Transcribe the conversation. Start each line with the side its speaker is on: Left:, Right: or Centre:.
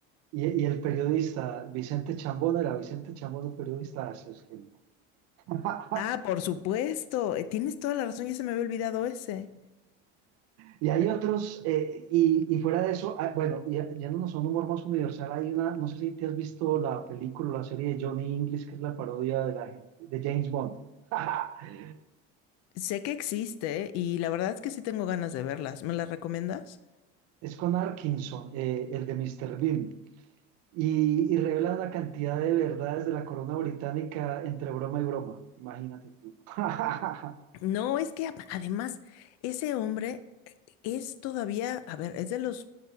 Right: y, y el periodista Vicente Chambón, era Vicente Chambón el periodista, así es genial. <laughs>
Left: Ah, por supuesto. Eh, Tienes toda la razón, ya se me había olvidado ese.
Right: Y hay otros, eh, y, y, fuera de eso, ah, bueno, ya, yéndonos a un humor más universal, hay una, no sé si te has visto la película o la serie de Johnny English, que es la parodia de la gente, de James Bond. <laughs>
Left: Sé que existe y la verdad es que sí tengo ganas de verlas. ¿Me las recomiendas?
Right: es con Arkinson, eh, el de Mr. Bean, y, y, revela una cantidad de verdades de la corona británica entre broma y broma. Imagínate tú. <laughs>
Left: No, es que a- además ese hombre eh, es todavía, a ver, es de los